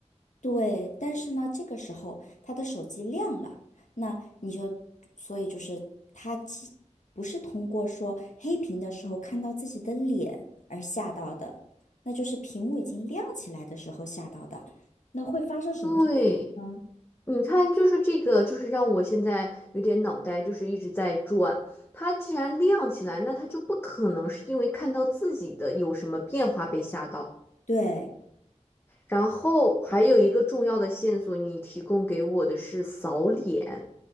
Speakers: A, on the left (about 80°); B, on the left (about 20°).
A: 对，但是呢，这个时候他的手机亮了，那你就，所以就是他其不是通过说黑屏的时候看到自己的脸而吓到的，那就是屏幕已经亮起来的时候吓到的。那会发生什么事呢？
B: 对。你看，就是这个，就是让我现在有点脑袋就是一直在转。它既然亮起来，那它就不可能是因为看到自己的有什么变化被吓到。
A: 对，
B: 然后还有一个重要的线索，你提供给我的是扫脸，